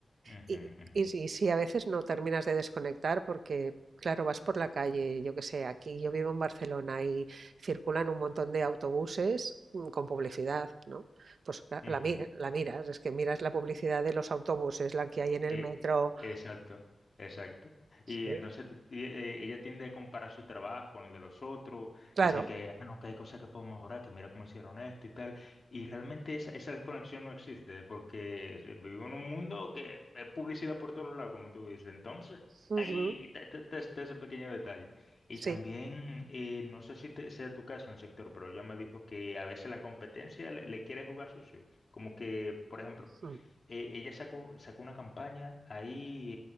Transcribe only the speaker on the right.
Y,
y sí, sí, a veces no terminas de desconectar porque, claro, vas por la calle, yo qué sé, aquí yo vivo en Barcelona y circulan un montón de autobuses mm, con publicidad, ¿no? Pues la,
la mi- la miras, es que miras la publicidad de los autobuses, la que hay en el
metro.
Sí,
claro.
ujú,
Sí,
mm,